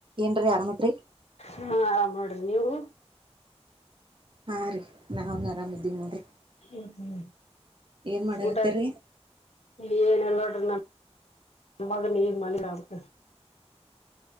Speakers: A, on the right; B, on the left.
A: ಏನ್ರಿ ಆರಾಮ ಐತ್ರಿ
B: ಹಾ ಆರಾಮ್ ನೋಡ್ರಿ ನೀವು
A: ಹಾ ರೀ ನಾವ್ನ ಆರಾಮ ಇದ್ದೀವಿ ನೋಡ್ರಿ.
B: ಹ್ಮ ಹ್ಮ
A: ಏನ್ ಮಾಡಾಕತ್ತೇರಿ
B: ಊಟ ಏನಲ್ಲ ನೋಡ್ರಿ ನ ನಮ್ಮಾಗ ನೀರ ಮಾಡಲೆನ ಅ